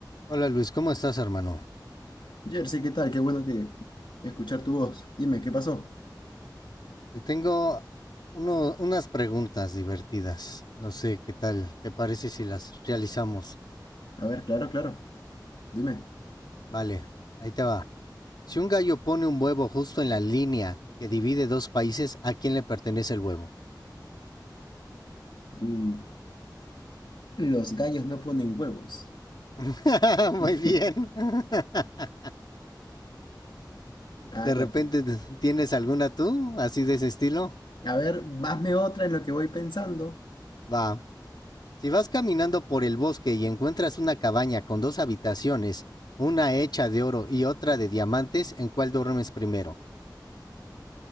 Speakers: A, on the left (about 65°); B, on the left (about 85°).
A: Hola Luis, ¿cómo estás, hermano?
B: Jersey, ¿qué tal? Qué bueno que escuchar tu voz. Dime, ¿qué pasó?
A: Te tengo uno- unas preguntas divertidas. No sé qué tal. ¿Te parece si las realizamos?
B: A ver, claro, claro. Dime.
A: Vale, ahí te va. Si un gallo pone un huevo justo en la línea que divide dos países, ¿a quién le pertenece el huevo?
B: Mm, los gallos no ponen huevos.
A: <laughs> Muy
B: <laughs>
A: bien. <laughs> ¿De
B: Anda,
A: repente
B: pi.
A: tienes alguna tú, así de ese estilo?
B: A ver, hazme otra en lo que voy pensando.
A: Va. Si vas caminando por el bosque y encuentras una cabaña con dos habitaciones, una hecha de oro y otra de diamantes, ¿en cuál duermes primero?